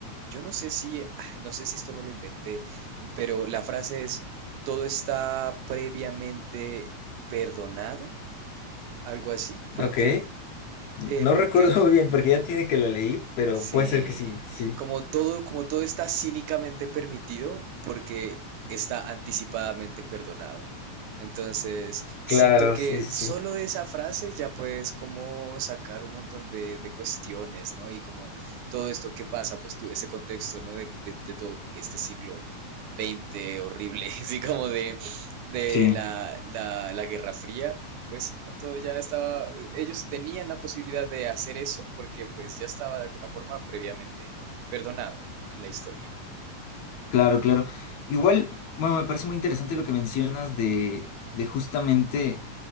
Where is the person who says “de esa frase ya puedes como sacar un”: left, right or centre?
Right